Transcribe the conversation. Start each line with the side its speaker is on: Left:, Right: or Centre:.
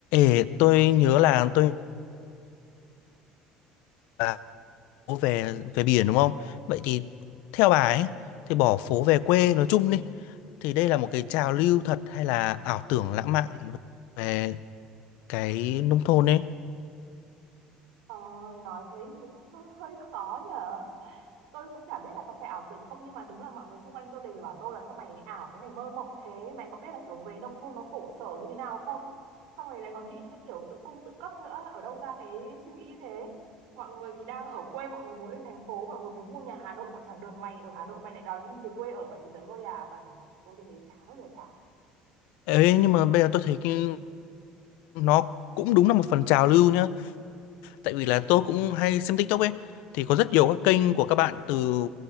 Left: Ê, tôi nhớ là tôi là phố về về biển đúng không? Vậy thì theo bà ấy thì bỏ phố về quê nói chung đi thì đây là một cái trào lưu thật hay là ảo tưởng lãng mạn về cái nông thôn ấy.
Right: Ờ, nói thế thì cũng hơi khó nhở tôi cũng chả biết là có phải ảo tưởng không nhưng mà đúng là mọi người xung quanh tôi đều bảo tôi là sao mày ảo thế mày mơ mộng thế mày có biết là kiểu về nông thôn nó khổ sở như thế nào không xong rồi lại còn nghĩ đến cái kiểu tự cung tự cấp nữa ở đâu ra cái suy nghĩ như thế mọi người thì đang ở quê mọi người muốn lên thành phố mọi người muốn mua nhà Hà Nội còn chẳng được mày ở Hà Nội mày lại đòi đi về quê ở mày bây giờ hơi à toàn kiểu bảo tôi thì thấy chán ơi là chán
Left: Ê, nhưng mà bây giờ tôi thấy cái nó cũng đúng là một phần trào lưu nhá. tại vì là tôi cũng hay xem TikTok ấy thì có rất nhiều các kênh của các bạn từ